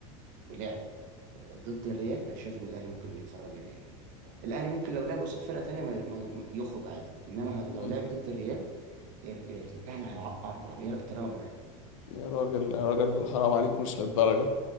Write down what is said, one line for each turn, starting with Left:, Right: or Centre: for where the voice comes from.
Right: ولعب ضد الريال انا شايف ان الاهلي ممكن يخرج الريال الاهلي ممكن لو لعب قصاد فرقه تانيه ما ما يخرج عادي انما
Left: مم.
Right: لو لعب ضد الريال الاهلي هيعقر مع الريال بطريقه مرعبه
Left: يا راجل يا راجل حرام عليك مش للدرجة